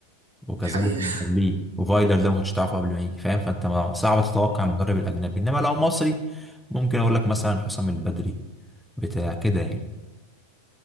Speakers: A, in the centre; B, on the right.
A: وكذلك
B: دي حقيقه
A: من قبليه وفايلر ده ما كنتش تعرفه قبل ما يجي فاهم فانت ما- صعب تتوقع
B: <laughs>
A: المدرب الاجنبي انما لو مصري ممكن اقول لك مثلا حسام البدري بتاع كده يعني